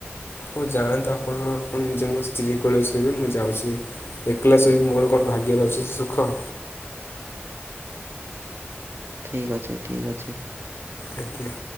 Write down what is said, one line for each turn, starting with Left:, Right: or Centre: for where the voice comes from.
Left: ହୋଉ ଯାଆନ୍ତୁ ଆପଣ ଆପଣ ନିଜଙ୍କ ସ୍ତ୍ରୀ କୋଳରେ ଶୋଇବେ ମୁଁ ଯାଉଛି। ଏକଲା ଶୋଇବି ମୋର କଣ ଭାଗ୍ୟରେ ଅଛି ସେ ସୁଖ।
Right: ଠିକ୍ ଅଛି ଠିକ୍ ଅଛି।
Left: ଆଜ୍ଞା।